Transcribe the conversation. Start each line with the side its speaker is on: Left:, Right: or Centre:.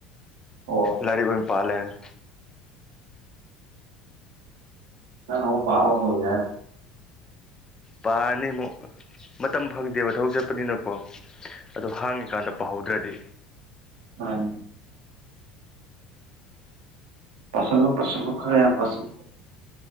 Right: ꯑꯣ
Left: ꯂꯥꯏꯔꯤꯛ ꯑꯣꯏꯅ ꯄꯥꯜꯂꯦꯅ
Right: ꯑ ꯄꯥꯔ ꯍꯧꯗꯦ
Left: ꯄꯥꯅꯤ ꯑꯃꯨꯛ ꯃꯇꯝ ꯐꯪꯗꯦꯕ ꯊꯕꯛ ꯆꯠꯄꯅꯤꯅꯀꯣ ꯑꯗꯣ ꯍꯥꯡꯉꯤꯀꯥꯟꯗ ꯄꯍꯧꯗ꯭ꯔꯗꯤ
Right: ꯑꯅꯦ ꯄꯁꯜꯂ ꯄꯁꯜ ꯂ ꯈꯔꯦ ꯌꯥ ꯄꯁꯜ